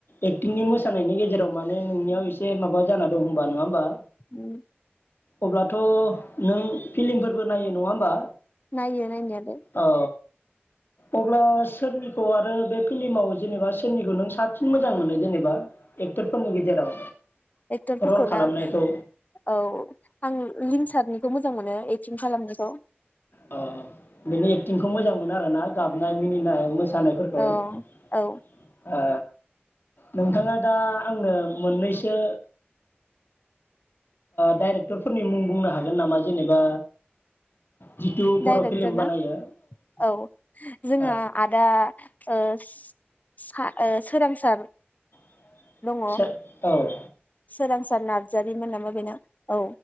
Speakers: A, on the left; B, on the left.
A: एक्टिंनि मोसानायनि गेजेराव माने नोंनियाव एसे माबा जाना दं होनबा नङा होमबा?
B: उम।
A: अब्लाथ नों फिलिमफोरबो नायो नङा होमबा?
B: नायो नायनायालाय।
A: औ अब्ला सोरनिखौ आरो बे फिल्माव जेनेबा सोरनिखौ नों सा साबसिन मोजां मोनो जेनेबा एक्टरफोरनि गेजेराव।
B: एक्टरफोरखौ
A: रल खालामनायखौ
B: ना औ आं लिंसारनि मोजां मोनो एटिं खालामखौ।
A: अ बिनि एक्टिंखौ मोजां मोनो आरो ना? गाबनाय मिनिनाय मोसानायफोरखौ
B: औ
A: ओ।
B: औ
A: नोंथाङा दा आंनो मोननैसो। डाइरेक्ट फोरनि मुं बुंनो हागोन नामा? जेनेबा। जिथु बर'
B: डाइरेक्टर
A: फिल्म बानायो
B: ना औ जोंहा
A: ओ
B: आदा ओ। सा सोरांसार।
A: <unintelligible>
B: दङ
A: औ
B: सोरांसार नार्जारिमोन नामा बेना। औ